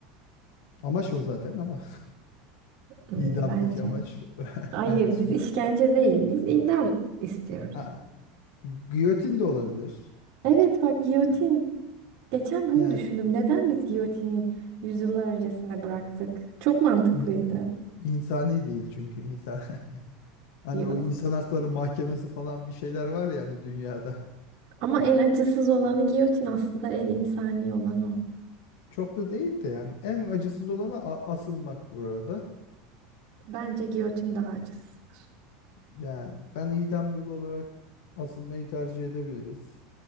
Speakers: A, on the left (about 60°); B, on the right (about 45°).
A: Amaç o zaten ama <laughs>
B: Hmm,
A: idamdaki
B: bence.
A: amaç <laughs>
B: Hayır
A: yani son.
B: biz işkence değil biz idam istiyoruz.
A: Ha, giyotin de olabilir.
B: Evet bak giyotin. Geçen bunu
A: Yani
B: düşündüm. Neden biz giyotini yüzyıllar öncesinde bıraktık? Çok mantıklıydı.
A: in- insani değil çünkü insan. <laughs> Hani
B: Ya-
A: o insan hakları mahkemesi falan bir şeyler var yani dünyada.
B: Ama en acısız olanı giyotin aslında en insani olan o.
A: Çok da değil de yani en acısız olanı a- asılmak bu arada.
B: Bence giyotin daha acısız.
A: Yani ben idam yolu olarak asılmayı tercih edebiliriz.